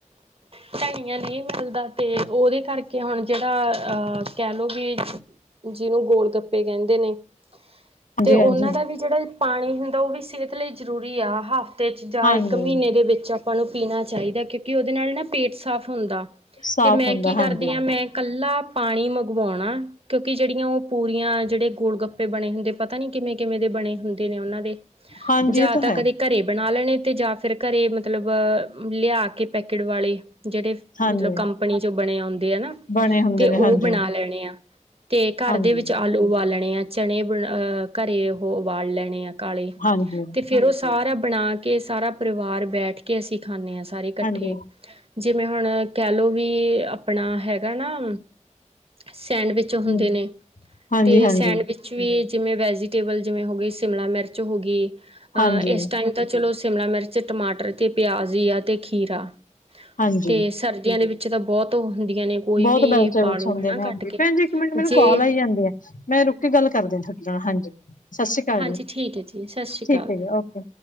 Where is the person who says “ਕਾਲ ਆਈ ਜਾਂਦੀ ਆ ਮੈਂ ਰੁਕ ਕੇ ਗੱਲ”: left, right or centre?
Left